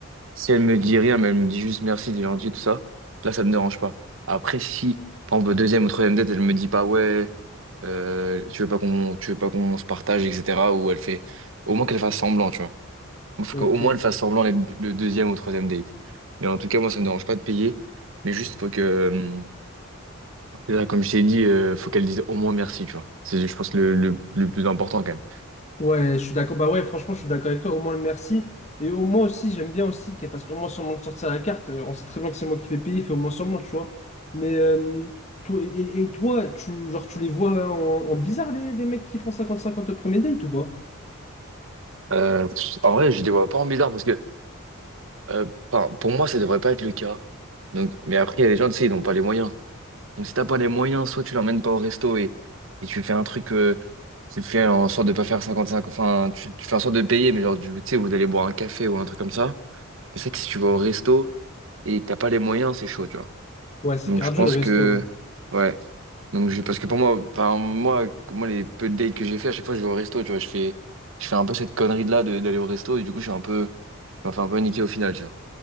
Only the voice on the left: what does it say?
Ok.
Ouais, je suis d'accord. Bah ouais, franchement, je suis d'accord avec toi. Au moins le merci. Et au moins aussi, j'aime bien aussi qu'elle fasse au moins semblant de sortir la carte. Euh, On sait très bien que c'est moi qui fais payer, fait au moins semblant, tu vois. Mais euh, toi, et, et- et toi, tu, genre, tu les vois en, en bizarre, les, les mecs qui font 50-50 au premier date ou pas?
Ouais, c'est
cardio
le resto.
hein.